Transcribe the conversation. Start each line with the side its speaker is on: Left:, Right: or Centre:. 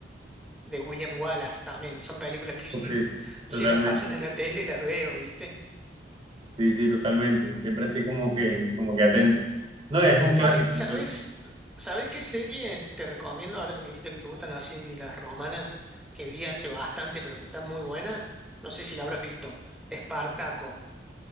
Centre: de William Wallace también, son películas que
Right: Pues
Centre: <laughs> si,
Right: sí, totalmente.
Centre: si las pasan en la tele las veo, ¿viste?
Right: Sí, sí, totalmente. Siempre así como que, como que atento. No, es un
Centre: ¿Sabes,
Right: clásico,
Centre: sabes,
Right: un clásico.
Centre: sabes qué serie te recomiendo ahora que me dijiste que te gustan así las romanas que vi hace bastante, pero que está muy buena? No sé si la habrás visto. Espartaco.